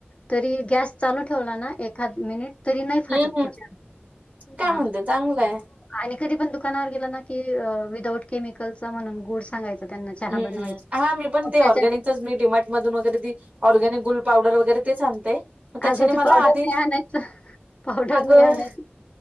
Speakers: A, on the left; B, on the right.
A: तरी गॅस चालू ठेवला ना एखाद मिनिट तरी नाही फाटत
B: हं हं.
A: पटकण
B: काय
A: हा
B: म्हणते चांगलं आहे.
A: आणि कधी पण दुकानावर गेला ना की अ विदाऊट केमिकलचा म्हणून गुड सांगायचा त्यांना चहा
B: हम्म
A: बनवायचा.
B: हा मी पण
A: मग
B: ते ऑर्गॅनिकच
A: त्याच्याने
B: मी डिमांट मधून वगैरे ती ऑर्गॅनिक गुल पावडर वगैरे तेच आणते. मग त्याच्याने
A: अगं ते
B: मला
A: पावडर
B: आधी
A: नाही आणायचं पावडर
B: अगं
A: नाही आणायच